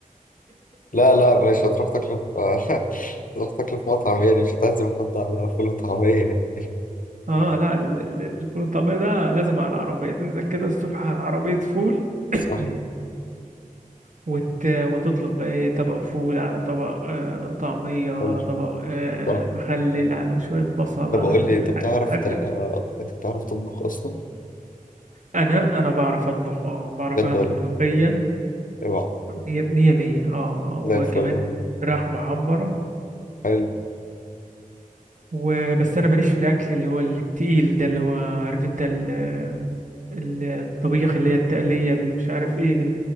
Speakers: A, on the left; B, on the right.
A: لا لا مش هتروح تاكله في <laughs> تروح تاكله في مطعم يعني مش هتعزم حد على فول وطعمية يعني
B: اه لا ال- ال- ال- الفول الطعمية ده لازم على العربية تنزل كده الصبح على عربية فول <laughs> <clears throat>
A: صح
B: وت... وتطلب بقى ايه طبق فول على طبق آه طعمية على
A: حلو
B: طبق آه
A: صح
B: مخلل على شوية بصل
A: طب
B: على
A: اقول
B: ال-
A: لي انت
B: الح-
A: بتعرف
B: الحاجات
A: ت...
B: لا.
A: انت بتعرف تطبخ اصلا
B: انا انا بعرف اطبخ اه بعرف
A: بجد
B: اعمل
A: والله
B: ملوخية
A: اوعى
B: مية مية مية اه وكمان
A: زي الفل والله
B: فراخ محمرة
A: حلو
B: وبس انا ماليش في الاكل اللي هو التقيل ده اللي هو عارف انت ال- ال- الطبيخ اللي هي التقلية بالمش عارف ايه